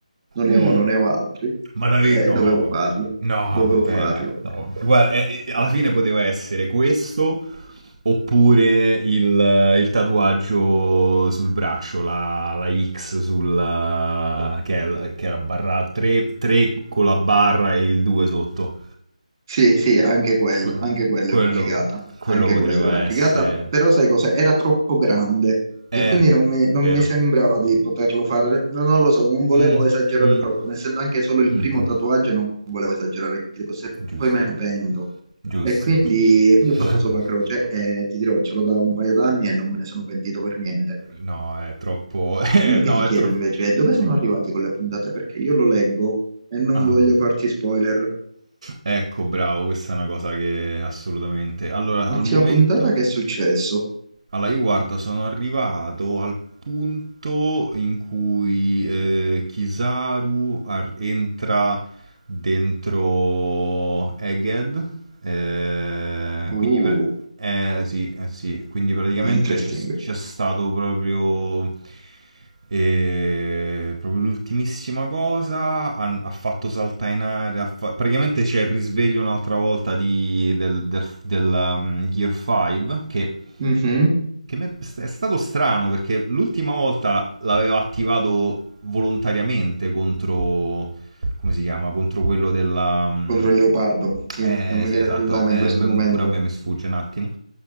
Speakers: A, on the right; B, on the right.
A: Non ne
B: Mm,
A: ho, non ne ho altri.
B: ma davvero,
A: Eh,
B: no,
A: dovevo
B: vabbè.
A: farlo,
B: no,
A: dovevo
B: vabbè,
A: farlo.
B: dai, no, vabbè. Guarda, eh, eh, alla fine poteva essere questo oppure il, eh, il tatuaggio sul braccio, la, la X sul, eh, che, è la- che era barra 3, 3 con la barra e il 2 sotto.
A: Sì, sì, anche quello,
B: Que-
A: anche quello
B: quello,
A: è una figata,
B: quello
A: anche
B: poteva
A: quello è una
B: essere...
A: figata, però sai cos'è? Era troppo grande e
B: Eh,
A: quindi non mi, non
B: vero.
A: mi sembrava di poterlo fare, no, non lo so, non volevo
B: Mm,
A: esagerare
B: mm.
A: troppo, essendo anche solo il
B: Mm,
A: primo tatuaggio non volevo esagerare, che cose
B: giusto,
A: poi me ne pento.
B: giusto.
A: E quindi,
B: gi-
A: e
B: <laughs>
A: quindi ho fatto solo la croce e ti dirò, ce l'ho da un paio d'anni e non me ne sono pentito per niente.
B: No, è troppo... <laughs> eh,
A: Quello
B: no,
A: che ti chiedo
B: è troppo...
A: invece è dove
B: Sì.
A: sono arrivati con le puntate, perché io lo leggo e non
B: Ah,
A: voglio farti spoiler.
B: Ecco, bravo, questa è una cosa che assolutamente... Allora,
A: Ultima
B: al momento
A: puntata, che è successo?
B: Allora, io guarda, sono arrivato al punto in cui eh, Kizaru ar- entra dentro Egghead, eh,
A: Uh,
B: quindi, per- eh, sì, eh, sì, quindi praticamente
A: interesting.
B: c'è c'è stato proprio, eh, proprio l'ultimissima cosa, han- ha, fatto saltare in aria, ha fa- praticamente c'è il risveglio un'altra volta di- del, del, del, um, Gear 5 che...
A: Mhm.
B: Che me- è stato strano perché l'ultima volta l'avevo attivato volontariamente contro... come si chiama? Contro quello della... mm,
A: Contro il leopardo, sì,
B: Eh
A: non mi
B: sì,
A: viene
B: esatto,
A: il nome
B: eh,
A: in questo
B: m-
A: momento.
B: pure a me mi sfugge un attimo.